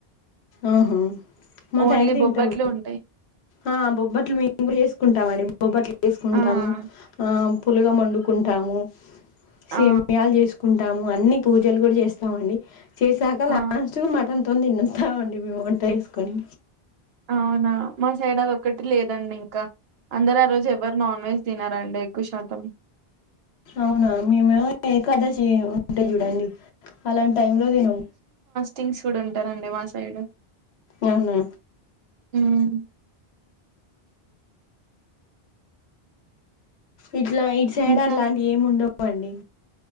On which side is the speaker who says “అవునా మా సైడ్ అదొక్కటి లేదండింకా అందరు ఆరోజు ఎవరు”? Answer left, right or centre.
Right